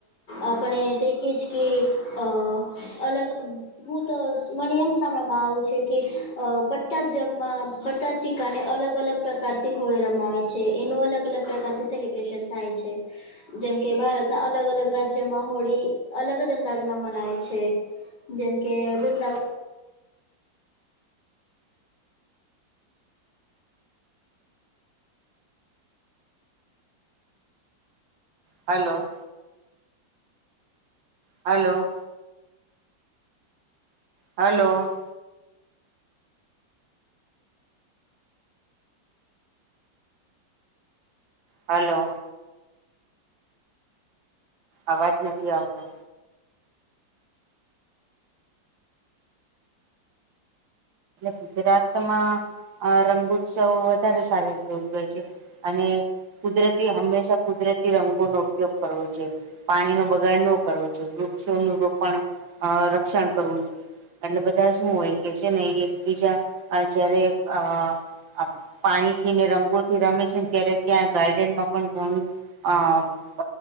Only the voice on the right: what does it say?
હલ્લો. હલો. હલો. હલો. અવાજ નથી આવતો. ગુજરાતમાં અ રંગુત્સવ વધારે સારી રીતે ઉજવે છે. અને કુદરતી હંમેશા કુદરતી રંગોનો ઉપયોગ કરવો જોઈએ. પાણીનો બગાડ નો કરવો જોઈ વૃક્ષોનું રોપણ અ રક્ષણ કરવું જોઈએ. અટલે બધા શું હોય કે છે ને ઇ એકબીજા અ જયારે અ આ પાણી થી ને રંગોથી રમે છેન ત્યારે ત્યાં ગાર્ડનમાં પણ ઘણું અ પ